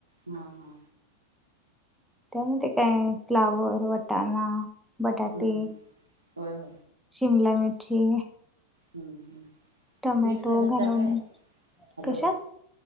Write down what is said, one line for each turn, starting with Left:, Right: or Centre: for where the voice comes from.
Right: हा हा
Centre: त्यामध्ये काय फ्लावर, वटाणा, बटाटे,
Right: हम्म हम्म होय होय
Centre: शिमला मिरची,
Right: हम् हम्
Centre: टमॅटो
Right: बीट घालत
Centre: घालून
Right: जा ग हॅलो
Centre: कशात